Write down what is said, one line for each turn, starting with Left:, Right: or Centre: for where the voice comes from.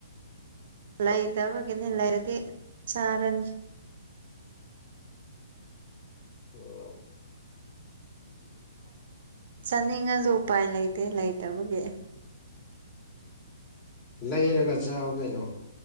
Right: ꯂꯩꯇꯕꯒꯤꯅꯤ ꯂꯩꯔꯗꯤ ꯆꯥꯔꯅꯤ
Left: ꯑꯣ
Right: ꯆꯥꯅꯤꯡꯉꯁꯨ ꯎꯄꯥꯏ ꯂꯩꯇꯦ ꯂꯩꯇꯕꯒꯤ ꯑꯦ
Left: ꯂꯩꯔꯒ ꯆꯥꯎ ꯀꯩꯅꯣ